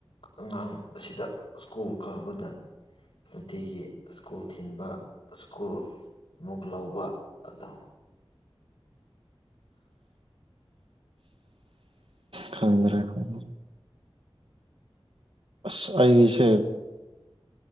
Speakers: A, on the left; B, on the right.
A: ꯑꯉꯥꯡ ꯑꯁꯤꯗ ꯁ꯭ꯀꯨꯜ ꯀꯥꯕꯗ ꯅꯨꯡꯇꯤꯒꯤ ꯁ꯭ꯀꯨꯜ ꯊꯤꯟꯕ ꯁ꯭ꯀꯨꯜ ꯑꯃꯨꯛ ꯂꯧꯕ ꯑꯗꯣ
B: ꯈꯪꯗ꯭ꯔꯦ ꯈꯪꯗ꯭ꯔꯦ ꯑ ꯑꯩꯁꯦ